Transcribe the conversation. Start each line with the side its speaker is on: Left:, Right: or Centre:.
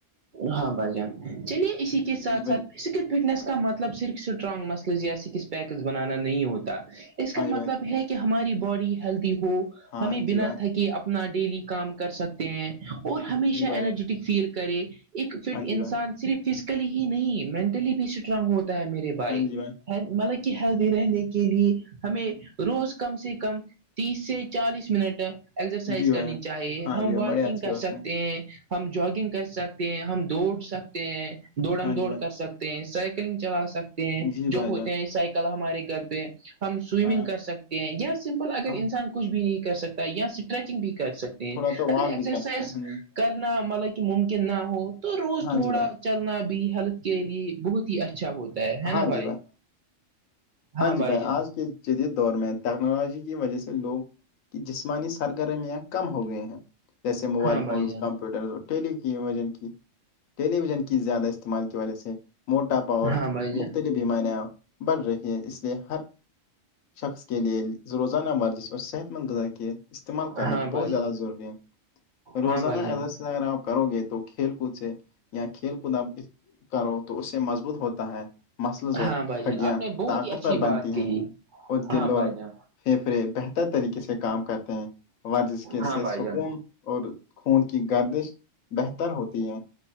Right: ہاں بھائی جان چلیے اسی کے ساتھ
Left: جی بھائی
Right: ساتھ اس کے فٹنس کا مطلب صرف اسٹرانگ مسلز یا اس کس پیکس بنانا نہیں ہوتا اس کا
Left: ہاں
Right: مطلب
Left: جی بھائی
Right: ہے کہ ہماری باڈی ہیلدی ہو
Left: ہاں
Right: ہمیں بنا
Left: جی بھائی
Right: تھکے اپنا ڈیلی کام کر سکتے ہیں اور ہمیشہ
Left: جی بھائی
Right: انرجیٹک
Left: جان
Right: فیل کرے ایک فٹ
Left: ہاں جی
Right: انسان
Left: بھائی
Right: صرف فزیکلی ہی نہیں مینٹلی بھی اسٹرانگ ہوتا ہے میرے بھائی
Left: ہاں جی
Right: مطلب کہ ہیلدی رہنے کے لیے ہمیں روز کم سے کم تیس سے چالیس منٹ اسرسائز
Left: جی
Right: کرنی
Left: بھائی جان
Right: چاہیے
Left: ہاں
Right: ہم
Left: جی بھائی
Right: واکنگ
Left: بڑے اچھی
Right: کر
Left: بات
Right: سکتے
Left: ہے
Right: ہیں ہم جگنگ کر سکتے ہیں ہم دوڑ سکتے ہیں دوڑ ہم
Left: ہاں
Right: دوڑ
Left: جی بھائی
Right: کر سکتے ہیں سائیکلنگ چلا سکتے
Left: جی بھائی
Right: جو ہوتے
Left: جان
Right: ہیں سائیکل ہمارے گھر پہ ہم سوئمنگ
Left: ہاں
Right: کر سکتے ہیں یا سمپل اگر
Left: ہاں
Right: انسان کچھ بھی نہیں کر سکتا یا اسٹریچنگ بھی کر سک
Left: تھوڑا تو
Right: اگر
Left: واک
Right: اگزرسائز
Left: بھی کر سکتے ہیں
Right: کرنا مطلب کہ ممکن نہ ہو تو روز
Left: ہاں
Right: تھوڑا
Left: جی بھائی
Right: چلنا بھی ہیلتھ کے لیے بہت ہی اچھا ہوتا ہے ہے
Left: ہاں
Right: نا
Left: جی
Right: بھائی ہاں
Left: جی
Right: بھائی جان
Left: آج کے جدید دور میں ٹیکنالوجی کی وجہ سے لوگ کی جسمانی سرگرمیاں کم ہو گئے ہیں جیسے موبائل
Right: ہاں
Left: فونز
Right: بھائی جان
Left: کمپیوٹرز اور ٹیلی کی وجن کی ٹیلی ویژن کی زیادہ استعمال کی وجہ سے موٹا پاور
Right: ہاں بھائی جان ہیں
Left: بیماریاں بڑھ رہی ہیں اس لیے ہر شخص کے لیے روزانہ ورزش اور صحت مند غذا کیے استعمال کرنا
Right: ہاں بھائی
Left: بہت زیادہ
Right: جان
Left: ضروری ہے روزانہ
Right: ہاں بھائی جان
Left: اگر اگر آپ کرو گے تو کھیل کود سے یا کھیل کود آپ کرو تو اس سے مضبوط ہوتا ہے مسلز اور
Right: ہاں بھائی جان
Left: ہڈیاں
Right: آپ نے بہت
Left: طاقتور
Right: ہی اچھی بات
Left: بنتی
Right: کہی
Left: ہیں اور
Right: ہاں
Left: دل
Right: بھائی
Left: اور
Right: جان
Left: پھیپھڑے بہتر طریقے سے کام کرتے ہیں ورزش کے
Right: ہاں
Left: سے
Right: بھائی
Left: سکون
Right: جان
Left: اور خون کی گردش بہتر ہوتی ہے